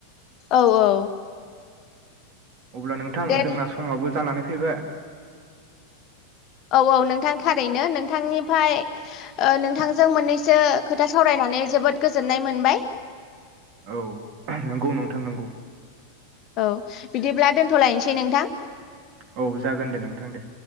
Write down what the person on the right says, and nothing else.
अब्ला नोंथां
जोंना समाबो जानानै फैबाय
औ नंगौ नोंथां नंगौ।
औ जागोन दे नोंथां दे।